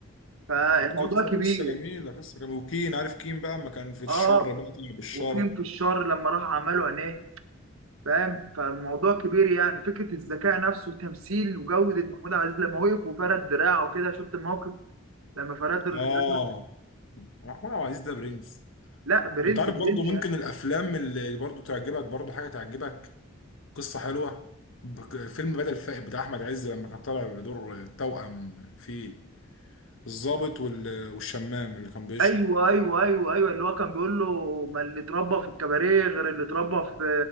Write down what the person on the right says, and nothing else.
فالموضوع
كبير
اه
وكريم في الشر لما راح عمله عينيه فاهم فالموضوع كبير يعني فكره الذكاء نفسه وتمثيل وجوده محمود عبد العزيز لما وقف وفرد دراعه وكده شفت الموقف لما فرد دراعه
لا برنس
برنس
يعني
ايوه ايوه ايوه ايوه اللي هو كان بيقول له ما اللي اتربى في الكباريه غير اللي اتربى في